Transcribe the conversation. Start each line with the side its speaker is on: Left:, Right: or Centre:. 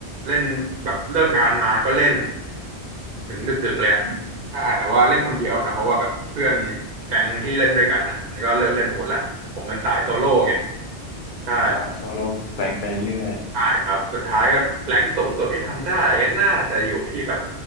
Right: เล่นแบบเลิกงานมาก็เล่น ถึงดึกๆเลยอะ
Left: อม
Right: ถ้าแต่ว่าเล่นคนเดียวนะเพราะว่าแบบเพื่อนแก๊งที่เล่นด้วยกันนะมันก็เลิกเล่นหมดละผมเป็นสายโซโล่ไงใช่
Left: อ่าโซโล่แปลงไปเรื่อย
Right: ใช่ครับสุดท้ายก็แรงค์สูงสุดที่ทำได้ก็น่าจะอยู่ที่แบบ